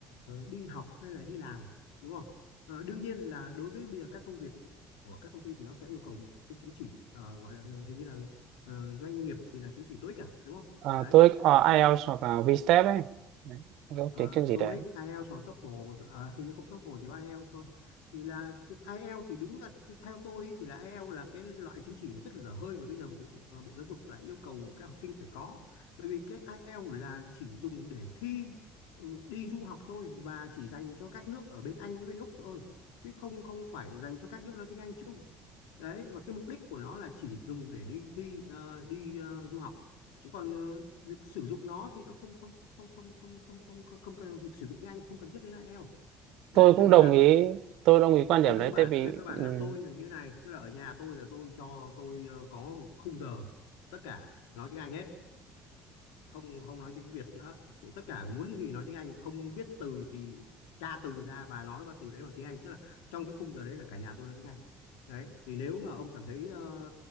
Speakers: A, on the left; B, on the right.
A: đi học hay là đi làm đúng không Ờ, đương nhiên là đối với bây giờ các công việc của các công ty thì nó sẽ yêu cầu một cái chứng chỉ ờ, gọi là hình hình như là ờ, doanh nghiệp thì là chứng chỉ tối cả đúng không
B: Ờ,
A: đấy
B: tôi có IELTS
A: Ờ,
B: hoặc là VSTEP ấy. Đấy, cái tiếng
A: uh,
B: chương gì
A: TOEIC,
B: đấy.
A: IELTS hoặc TOEFL ờ, hình như không TOEFL chỉ có IELTS thôi thì là cái IELTS thì đúng là theo tôi ý, thì là IELTS là cái loại chứng chỉ mà rất là dở hơi mà bây giờ bộ ờ, bộ giáo dục lại yêu cầu các học sinh phải có bởi vì cái IELTS là chỉ dùng để thi ừ, đi du học thôi và chỉ dành cho các nước ở bên Anh với bên Úc thôi chứ không không phải dành cho các nước nói tiếng Anh chung đấy và cái mục đích của nó là chỉ dùng để đi thi ờ, đi ờ, du học chứ còn ờ, việc sử dụng nó thì nó không không không không không không không không, không cần việc sử dụng tiếng Anh không cần thiết đến IELTS
B: Tôi
A: đấy
B: cũng
A: cho nên
B: đồng
A: là
B: ý, tôi đồng ý quan
A: về
B: điểm
A: cơ
B: đấy
A: bản
B: tại vì
A: về cơ bản
B: ừm,
A: là tôi là như này tức là ở nhà tôi là tôi cho tôi ờ, có một khung giờ tất cả nói tiếng Anh hết không không nói tiếng Việt nữa Chỉ- tất cả muốn gì nói tiếng Anh không biết từ thì tra từ ra và nói ba từ đấy bằng tiếng Anh tức là trong cái khung giờ đấy là cả nhà tôi nói tiếng Anh đấy thì nếu mà ông cảm thấy ờ,